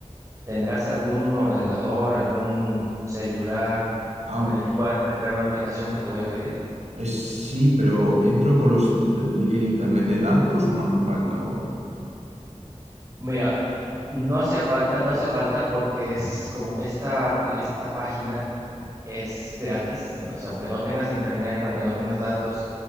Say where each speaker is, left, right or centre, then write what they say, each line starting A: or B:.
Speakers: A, on the right (about 25°); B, on the right (about 70°).
A: ¿tendrás algún ordenador, algún celular
B: Ah,
A: en el que puedas entrar una aplicación que te voy a pedir?
B: Eh, sí, pero ¿entro con los, de- de- el internet de datos o no hace falta? O...
A: Mira, no hacía falta, no hace falta porque es como esta, apli- esta página es gratis, o sea, aunque no tengas internet, aunque no tengas datos,